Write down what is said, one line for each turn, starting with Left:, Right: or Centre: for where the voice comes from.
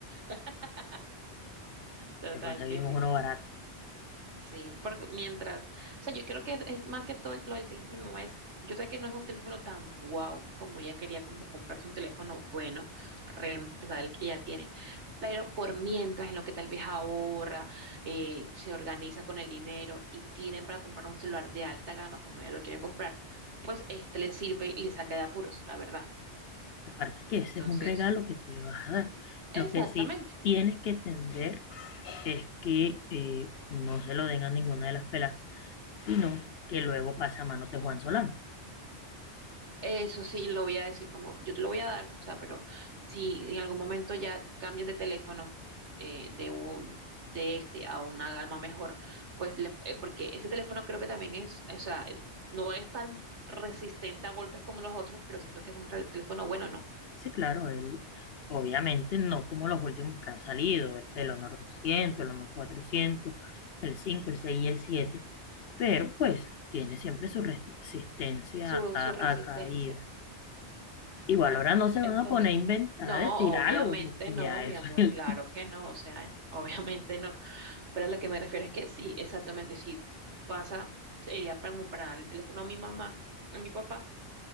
Right: <laughs> Total
Left: le conseguimos
Right: que sí.
Left: uno barato.
Right: Sí, porque mientras, o sea, yo creo que es más que todo el- lo del teléfono de mi mamá es, yo sé que no es un teléfono tan guau como ella quería como comprarse un teléfono bueno, reemplazar el que ya tiene, pero por mientras en lo que tal vez ahorra, eh, se organiza con el dinero y tiene para comprar un celular de alta gama como ella lo quiere comprar, pues este le sirve y le saca de apuros, la verdad.
Left: Aparte que
Right: Entonces,
Left: ese es un regalo que tú le vas a dar.
Right: exactamente.
Left: Lo que sí tienes que entender es que eh, no se lo den a ninguna de las pelas, sino que luego pasa a manos de Juan Solano.
Right: Eso sí, lo voy a decir como, yo te lo voy a dar, o sea, pero si en algún momento ya cambias de teléfono eh, de un de este a una gama mejor, pues le- eh, porque ese teléfono creo que también es, o sea, eh, no es tan resistente a golpes como los otros, pero siento que es un re- teléfono bueno, ¿no?
Left: Sí, claro, él, obviamente no como los últimos que han salido, el, el Honor 200, el Honor 400, el 5, el 6 y el 7, pero pues tiene siempre su resistencia
Right: Su,
Left: a,
Right: su resistencia.
Left: a caída. Igual
Right: Bueno,
Left: ahora no se
Right: entonces,
Left: van a poner a inventar
Right: no,
Left: de tirarlo,
Right: obviamente
Left: porque
Right: no,
Left: ya
Right: mi
Left: eso
Right: amor,
Left: <laughs> es
Right: claro
Left: el...
Right: que no, o sea, <laughs> obviamente no. Pero a lo que me refiero es que sí, exactamente, si pasa, sería para, como para darle el teléfono a mi mamá, a mi papá,